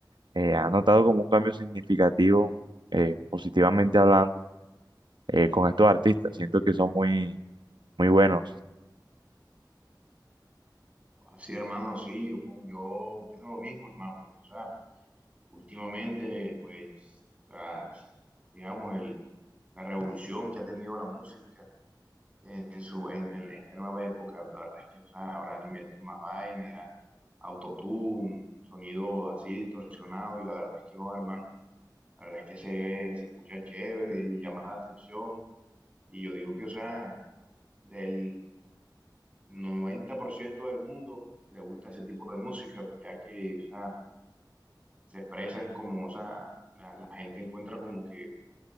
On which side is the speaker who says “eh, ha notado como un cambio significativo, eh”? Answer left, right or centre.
Right